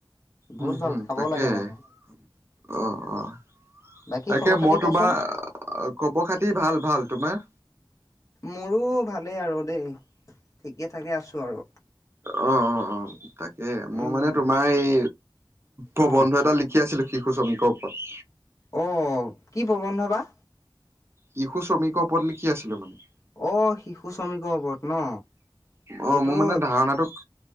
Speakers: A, on the left; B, on the right.
A: বহুত
B: উম হম
A: ভাল খাব
B: তাকে
A: লাগে মানুহে।
B: <unintelligible>
A: বাকী
B: তাকে
A: খবৰ খাতি
B: মই তোমাৰ,
A: কোৱাচোন
B: খবৰ খাতি ভাল ভাল তোমাৰ?
A: মোৰো ভালেই আৰু দেই, ঠিকে থাকে আছোঁ আৰু।
B: অ', অ', অ', তাকে মই
A: উম
B: মানে তোমাৰ এই প্ৰবন্ধ
A: অ
B: এটা লিখি আছিলো শিশু শ্ৰমিকৰ ওপৰত।
A: অ' কি প্ৰবন্ধ বা।
B: শিশু শ্ৰমিকৰ ওপৰত লিখি আছিলো মানে।
A: অ' শিশু শ্ৰমিকৰ ওপৰত ন,
B: অ
A: এইটো
B: মোৰ মানে ধাৰণাটো